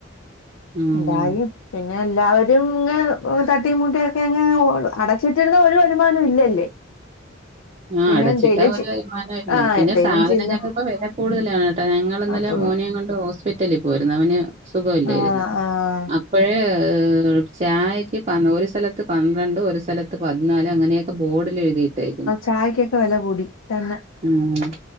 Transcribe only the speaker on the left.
ദായും പിൻ ന്നെ എല്ലാവരും ങ്ങ് തട്ടിമൂട്ടിയൊക്കെ അങ്ങെ അടച്ചിട്ടിരുന്ന ഒരു വരുമാന ഇല്ലല്ലേ
പിന്നെ
എന്തേലും
ചെ
ആഹ്
എന്തേലും
ചില്ല
അപ്പൊ
ആഹ് ആഹ്
ചായ്ക്കൊക്കെ വില കൂടി തന്നെ